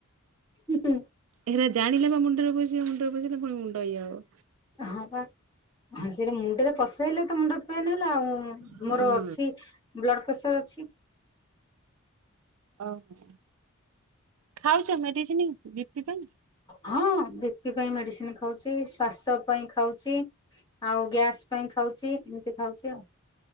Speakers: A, on the left (about 20°); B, on the right (about 80°).
A: ହୁଁ ହୁଁ।
B: ଏରା ଜାଣିଲେବା ମୁଣ୍ଡରେ ବସିବ ମୁଣ୍ଡରେ ବସିଲେ ପୁଣି ମୁଣ୍ଡ ଇଏ ହବ।
A: ହଁପା ସେରା ମୁଣ୍ଡରେ ପସେଇଲେତ ମୁଣ୍ଡ ପେନ୍ ହେଲା ଆଉ
B: ହଁ।
A: ମୋର ଅଛି ବ୍ଲଡ଼ ପ୍ରେସର ଅଛି।
B: ଓହୋ ଖାଉଚ ମେଡ଼ିସିନ୍ ବିପି ପାଇଁ?
A: ହଁ ବିପି ପାଇଁ ମେଡ଼ିସିନ୍ ଖାଉଚି ଶ୍ୱାସ ପାଇଁ ଖାଉଚି। ଆଉ ଗ୍ୟାସ୍ ପାଇଁ ଖାଉଚି ଏମିତି ଖାଉଚି ଆଉ।